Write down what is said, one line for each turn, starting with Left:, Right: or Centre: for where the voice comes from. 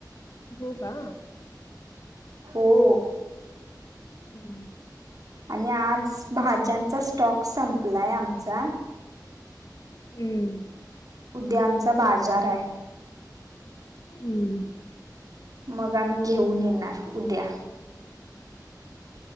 Left: हो का.
Right: हो.
Left: उम. <unintelligible>
Right: आणि आज भाज्यांचा स्टॉक संपलाय आमचा.
Left: हंमम.
Right: उद्या आमचा बाजार आहे
Left: उम.
Right: मग आम्ही घेऊन येणार उद्या.